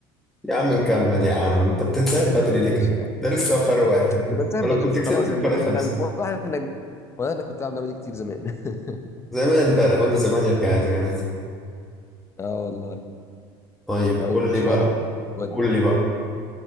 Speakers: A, in the centre; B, on the left (about 25°).
A: يا عم نكمل يا عم انت بتنسحب بدري ليه
B: ماشي
A: كده
B: يعني
A: ده لسه فرق واحد
B: مش
A: بس
B: بنسحب
A: ولا
B: بدل
A: كنت
B: بس
A: كسبتك
B: خلاص الموضوع
A: فرق خمسة
B: انت والله انا والله انا كنت العب اللعبه دي كتير زمان <laughs>
A: زمان بقى قول له زمان يرجع يا زمان
B: اه والله
A: طيب
B: طيب
A: قول
B: ماشي
A: لي بقى
B: يلا ود
A: قول لي بقى